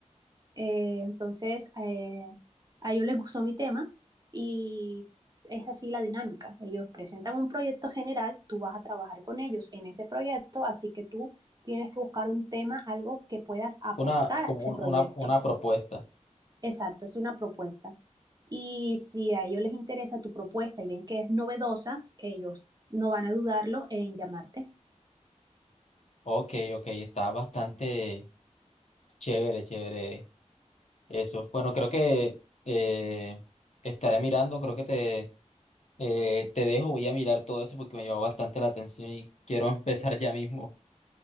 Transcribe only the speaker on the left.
Una, como
un-
una, una propuesta.
Ok, ok, está bastante chévere, chévere eso. Bueno, creo que eh, estaré mirando, creo que te, eh, te dejo, voy a mirar todo eso porque me llamó bastante la atención y quiero <laughs> empezar ya mismo